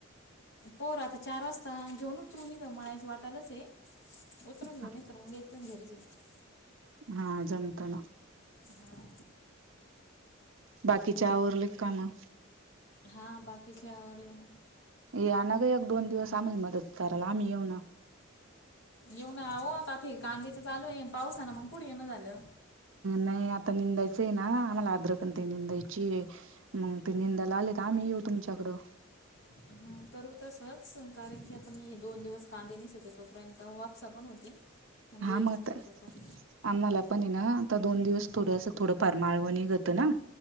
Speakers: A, on the left; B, on the right.
A: पोर आता चार वाजता घेऊन उतरूनी माळ्याच्या वाटालाच आहे. उतरून घेऊन
B: ह
A: येत तर मग एकदम घरीच आहे
B: हा जमतं ना.
A: हा
B: बाकीचे आवरले का काम?
A: हा बाकीचे आवारले ना.
B: या ना ग एक दोन दिवस आम्हाला मदत कराला आम्ही येऊ ना
A: येऊन आहो आता ते कांदीेच चालू आहे पावसा ना मग कुढे येणं झालं.
B: नाही आता निंदायचं आहे ना आम्हाला आर्द्रकण ते निंदायची. मग ती मिंडायला आलेत आम्ही येऊ तुमच्याकडं.
A: हं, करू तसच कारण की आता मी हे दोन दिवस कांदे निसत होते तोपर्यंत वापसा पण होतील. मंग
B: हा
A: येईल
B: मग
A: ना तमच्याकड.
B: आम्हाला पण आहे ना आता दोन दिवस थोडंं अस थोडं मारमाळवणी करतं ना.